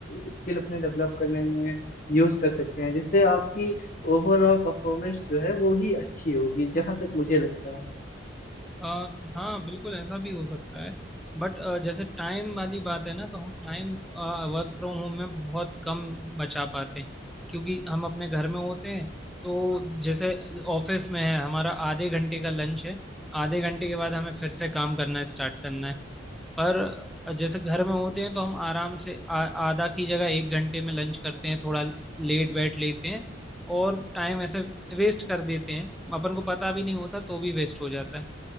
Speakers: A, on the left; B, in the centre.
A: स्किल अपने डेवलप करने में यूज कर सकते हैं जिससे आपकी ओवरऑल परफॉर्मेंस जो है वो ही अच्छी होगी जहां तक मुझे लगता है
B: अ, हाँ बिल्कुल ऐसा भी हो सकता है बट जैसे टाइम वाली बात है ना तो हम टाइम वर्क फ्रॉम होम में बहुत कम बचा पाते हैं क्योंकि हम अपने घर में होते हैं तो जैसे ऑफिस में है हमारा आधे घंटे का लंच है आधे घंटे के बाद हमें फिर से काम करना स्टार्ट करना है पर अ, जैसे घर में होते हैं तो हम आराम से आ, आधा की जगह एक घंटे में लंच करते हैं थोड़ा लेट बैठ लेते हैं और टाइम ऐसे वेस्ट कर देते हैं अपन को पता भी नहीं होता तो भी वेस्ट हो जाता है